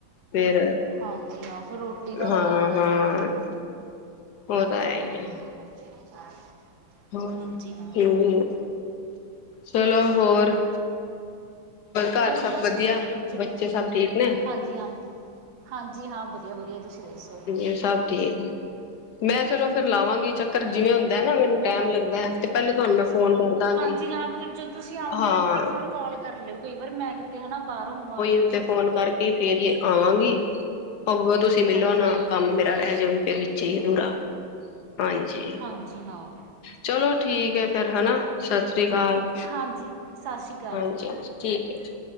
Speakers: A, on the left; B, on the right.
A: ਫੇਰ,
B: ਹਾਂਜੀ ਹਾਂ ਫਿਰ ਰੋਟੀ ਦਾ
A: ਹਾਂ
B: ਹੋ ਜਾਂਦਾ
A: ਹਾਂ।
B: ਗਾ।
A: ਔ ਤਾਂ
B: ਹੂੰ
A: ਹੈ ਈ
B: ਹੂੰ।
A: ਏ।
B: <inaudible>
A: ਹਾਂ,
B: ਹਾਂਜੀ ਹਾਂ।
A: ਠੀਕ ਈ ਐ, ਚਲੋ ਹੋਰ? ਘਰ
B: ਹੋਰ
A: ਸਭ
B: ਬਸ ਵਧੀਆ ਈ ਚਲੋ,
A: ਬੱਚੇ ਸਭ ਠੀਕ ਨੇ
B: ਹਾਂਜੀ ਹਾਂਜੀ। ਹਾਂਜੀ ਹਾਂ, ਵਧੀਆ ਵਧੀਆ। ਤੁਸੀਂ ਦੱਸੋ?
A: ਏ ਸਭ ਠੀਕ। ਮੈਂ ਚਲੋ ਫੇਰ ਲਾਵਾਂਗੀ ਚੱਕਰ ਜਿਵੇਂ ਹੁੰਦਾ ਨਾ ਮੈਨੂੰ ਟਾਈਮ ਲੱਗਦਾ ਏ, ਪਹਿਲੇ ਤੁਹਾਨੂੰ ਮੈਂ ਫੋਨ ਕਰਦਾਂਗੀ
B: ਹਾਂਜੀ ਹਾਂ, ਮਤਲਬ ਜਦੋਂ ਤੁਸੀਂ ਆਂਓਗੇ
A: ਹਾਂ,
B: ਨਾ ਮੈਨੂੰ ਇੱਕ ਵਾਰ ਕਾੱਲ ਕਰ ਲਿਓ ਕਈ ਵਾਰ ਮੈਂ ਕਿਤੇ ਹਨਾਂ ਬਾਰ ਹੋਵਾਂ।
A: ਫਿਰ ਤੇ ਫੋਨ ਕਰਕੇ ਤੇ ਫੇਰ ਏ ਆਵਾਂਗੀ। ਅਗੋ ਫੇਰ ਤੁਸੀਂ ਮਿਲੋ
B: ਹਾਂਜੀ
A: ਨਾ,
B: ਹਾਂਜੀ
A: ਕੰਮ ਮੇਰਾ ਰੈਅ ਜਾਵੇ ਫਿਰ ਵਿੱਚੇ ਈ ਅਧੂਰਾ ਹਾਂਜੀ।
B: ਹਾਂਜੀ ਹਾਂ।
A: ਚਲੋ ਠੀਕ ਏ ਫੇਰ ਹਨਾਂ, ਸਤਿ ਸ੍ਰੀ ਕਾਲ।
B: ਹਾਂਜੀ ਸਤਿ ਸ਼੍ਰੀ ਅਕਾਲ
A: ਹਾਂਜੀ
B: ਜੀ।
A: ਹਾਂਜੀ। ਠੀਕ ਏ, ਠੀਕ।